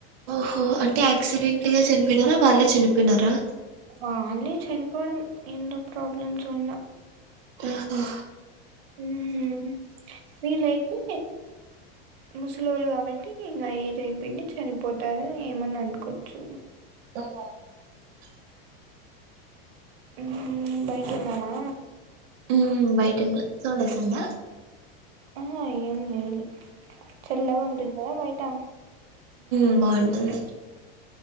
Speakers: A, on the right; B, on the right.
A: హో అంటే యాక్సిడెంట్ గా చనిపోయినారా వాళ్ళే చనిపోయినారా
B: వాళ్ళే చనిపోవడం ఎన్నో ప్రాబ్లమ్స్ ఉన్న
A: ఆహా
B: మ్.. వీళ్ళైతే ముసలోళ్ళు కాబట్టి ఇంకా ఏజ్ అయిపోయింది చనిపోతారు ఏమన్నా అనుకోవచ్చు
A: <unintelligible>
B: మ్... బయట ఉందవా
A: ఉ బయటింద సోనిజంగ
B: ఆహా ఏం లేదు చల్లగా ఉంటుంది కదా మై మ్
A: మ్ బావుంటుంది